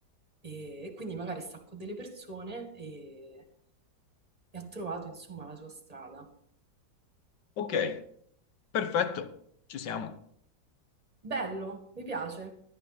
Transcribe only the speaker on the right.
E, e quindi magari sta con delle persone e, e ha trovato, insomma, la sua strada.
Bello, mi piace.